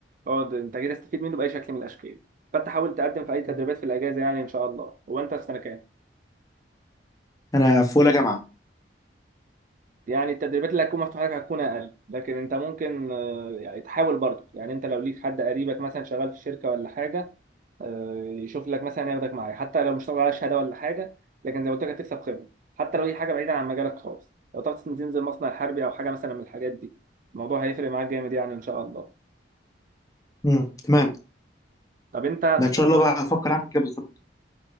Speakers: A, on the right; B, on the left.
A: اقعد انت جاي تستفيد منه باي شكل من الاشكال فانت حاول تقدم في اي تدريبات
B: آه.
A: في الاجازه يعني ان شاء الله هو انت في سنه كام
B: انا في اولى جامعه
A: يعني التدريبات اللي هتكون مفتوحه لك هتكون اقل لكن انت ممكن آه، يعني تحاول برضو يعني انت لو ليك حد قريبك مثلا شغال في شركه ولا حاجه آه، يشوف لك مثلا ياخدك معاه حتى لو مش طالع على شهاده ولا حاجه لكن زي ما قلت لك هتكسب خبره حتى لو هي حاجه بعيده عن مجالك خالص لو تعرف تنزل مصنع حربي او حاجه مثلا من الحاجات دي الموضوع هيفرق معاك جامد يعني ان شاء الله
B: امم تمام
A: طب انت
B: ده
A: في
B: ان
A: فتره
B: شاء الله بقى افكر اعمل كده بالظبط